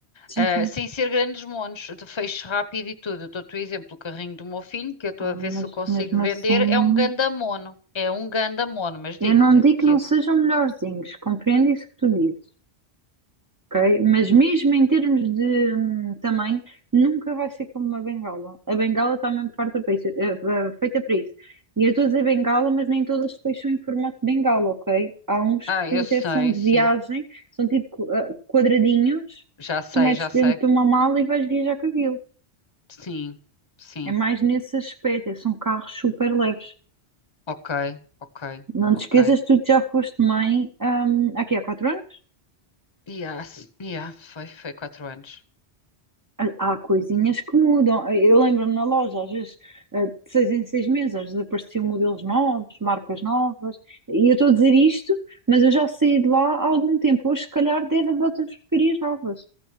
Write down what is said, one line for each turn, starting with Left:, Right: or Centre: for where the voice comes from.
Right: Sim,
Left: Ah,
Right: sim.
Left: sem ser grandes monos, de feixe rápido e tudo. Eu Dou-te o exemplo, o carrinho do meu filho, que eu estou
Right: Ah,
Left: a ver
Right: mas
Left: se eu consigo
Right: mesmo
Left: vender,
Right: assim,
Left: é um ganda mono. É um ganda mono, mas digo-te
Right: eu não digo
Left: que...
Right: que não sejam melhorzinhos, compreendo isso que tu dizes, ok? Mas mesmo em termos de hum, tamanho, nunca vai ser como uma bengala. A bengala está mesmo farta para isso, eh, eh, feita para isso. E eu estou a dizer bengala, mas nem todas depois são em formato de bengala, ok? Há uns
Left: Ah,
Right: que
Left: eu
Right: até
Left: sei,
Right: são de
Left: sim.
Right: viagem, são tipo eh, quadradinhos
Left: Já sei,
Right: que tu metes
Left: já
Right: dentro
Left: sei.
Right: de uma mala e vais viajar com aquilo.
Left: Sim, sim.
Right: É mais nesse aspecto, é, são carros super leves.
Left: Ok, ok,
Right: Não
Left: ok.
Right: te esqueças, tu já foste mãe, hum, aqui há quatro anos?
Left: Yeah, s- yeah, foi, foi quatro anos.
Right: Há há coisinhas que mudam. Eu lembro-me na loja, às vezes, eh, de seis em seis meses, às vezes apareciam modelos novos, marcas novas. E eu estou a dizer isto, mas eu já saí de lá há algum tempo. Hoje, se calhar, deve haver outras porcarias novas.